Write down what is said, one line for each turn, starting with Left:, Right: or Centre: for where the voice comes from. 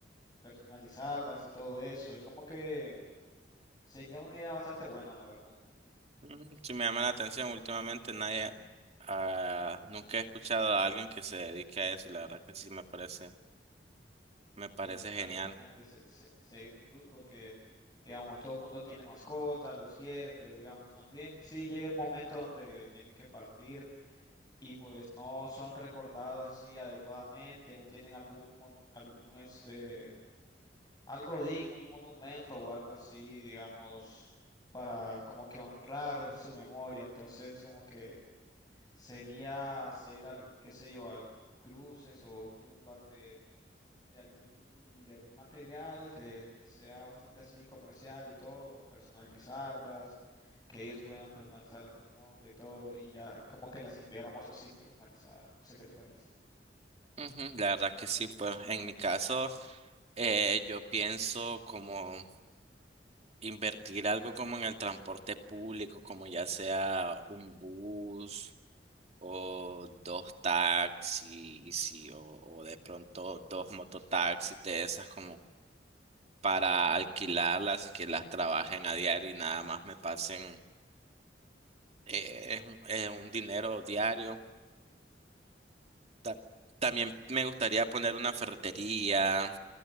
Left: personalizarlas y todo eso. Es como que sería una idea bastante buena, la verdad.
Right: Mm, Sí me llama la atención, últimamente nadie, ah, nunca he escuchado a alguien que se dedique a eso, y la verdad que sí me parece, me parece
Left: Y claro,
Right: genial.
Left: imagínate, se- se- sería un plus porque, digamos, todo el mundo tiene mascotas, los quiere, pero digamos, también sí llega el momento donde tienen que partir y pues no son recordados así adecuadamente, no tienen algún, mon- algún este, algo digno, un monumento o algo así, digamos, para como que honrar su memoria. Entonces, como que sería hacer, al- qué sé yo, al- cruces o tumbas de, de algún, de algún material que, que sea bastante así comercial y todo, personalizarlas, que ellos puedan personalizarlas con el nombre y todo, y ya como que las enviáramos así personalizadas. No sé qué te parece.
Right: Ujú, La verdad que sí, pues en mi caso eh, yo pienso como invertir algo como en el transporte público, como ya sea un bus o dos taxis y- o, o de pronto dos mototaxis de esas como para alquilarlas y que las trabajen a diario y nada más me pasen eh, es un, es un dinero diario. Ta- también me gustaría poner una ferretería.